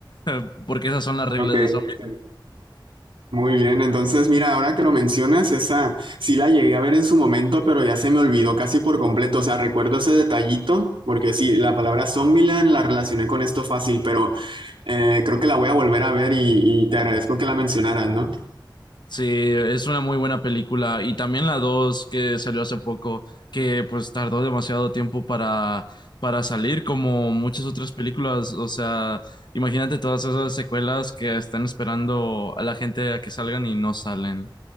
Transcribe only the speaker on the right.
Ok,
sí. muy bien. Entonces, mira, ahora que lo mencionas, esa sí la llegué a ver en su momento, pero ya se me olvidó casi por completo. O sea, recuerdo ese detallito, porque sí, la palabra Zombieland la relacioné con esto fácil, pero eh, creo que la voy a volver a ver y, y te agradezco que la mencionaras, ¿no?